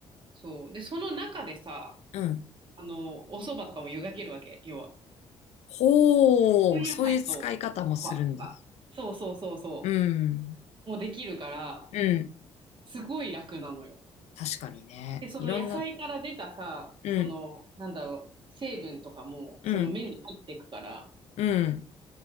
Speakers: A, on the right; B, on the left.
A: そう。で、その中でさ、
B: うん。
A: あの、お蕎麦とかも湯がけるわけ、要は。
B: ほう、
A: 温野菜と、
B: そういう使い方もするんだ。
A: まあ、まあそうそうそうそ
B: うん、
A: う、もうできるから、
B: うん。
A: すごい楽なのよ。
B: 確かにね。
A: で、その野菜から出たさ、
B: いろんな、うん、
A: その、なんだろう、成分とかも、
B: うん、
A: その麺に入っていくから、
B: うん。